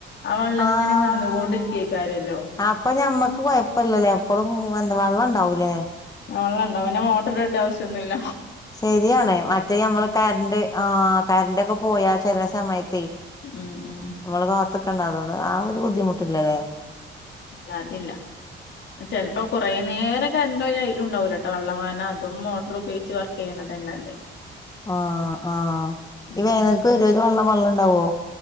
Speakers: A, on the left; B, on the left.
A: ആ വള്ള
B: ആഹ്
A: ഇങ്ങനെ വന്നു കൊണ്ടിരിക്കെ കാരല്ലോ.
B: അപ്പൊ ഞമ്മക്ക് കൊഴപ്പല്ലല്ലേ എപ്പളും ഉം എന്താ വെള്ളം ഇണ്ടാവൂലേ?
A: ആഹ് വെള്ളണ്ടാവും പിന്നെ മോട്ടറ് ഇടേണ്ട ആവശ്യം ഒന്നുല്ല.
B: ശരിയാണ് മറ്റേ ഞമ്മള് കര്ണ്ട് ആഹ് കരന്റൊക്കെ പോയാ ചെലെ സമയത്തേ
A: ഉം ഉം.
B: നമ്മള് കാത്തുക്കണ്ട അതുകൊണ്ട് ആ ഒരു ബുദ്ധിമുട്ടില്ലല്ലേ.
A: ഇല്ല അതില്ല. ചെൽപ്പോ കുറേ നേര കറണ്ട് പോയ അയിലും ഇണ്ടാവൂല ട്ട വെള്ളം കാരണം അതും മോട്ടർ ഉപയോഗിച്ച് വർ ചെയ്യണ തന്നല്ലേ.
B: ആഹ് ആഹ്
A: ഉം
B: ഈ വേനൽക്ക് വരോ വെള്ളം വെള്ളം ഇണ്ടാവോ?